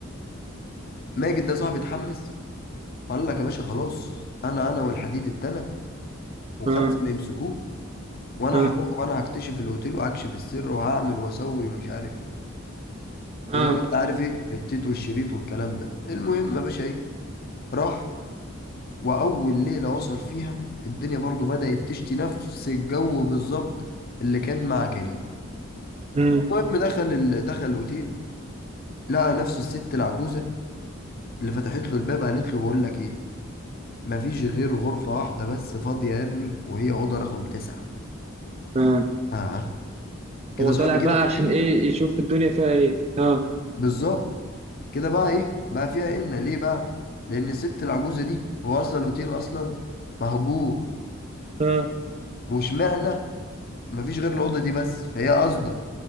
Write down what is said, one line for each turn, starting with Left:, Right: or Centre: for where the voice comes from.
Left: ماجد ده صاحبي اتحمس وقال لك يا باشا خلاص انا انا والحديد التاني وخمسه
Right: اه
Left: ما يمسكوه وانا
Right: اه
Left: هروح وانا هكتشف الاوتيل وهكشف السر وهعمل واسوي ومش عارف ايه
Right: اه
Left: وزي ما انت عارف ايه التيت والشريط والكلام ده المهم يا باشا ايه راح وأول ليلة وصل فيها الدنيا برضو بدأت تشتي نفس الجو بالظبط اللي كان مع كريم
Right: امم
Left: المهم دخل ال... دخل الأوتيل لقى نفس الست العجوزة اللي فتحت له الباب قالت له بقول لك إيه مفيش غير غرفة واحدة بس فاضية يا ابني وهي أوضة رقم تسعة
Right: اه
Left: آه كده
Right: هو
Left: صاحبي
Right: طالع بقى
Left: كده في
Right: عشان
Left: قلة
Right: ايه يشوف الدنيا فيها ايه اه
Left: بالظبط كده بقى إيه بقى فيها قلة ليه بقى لأن الست العجوزة دي هو أصلا الأوتيل أصلا مهجور
Right: اه
Left: واشمعنى مفيش غير الأوضة دي بس فهي قصده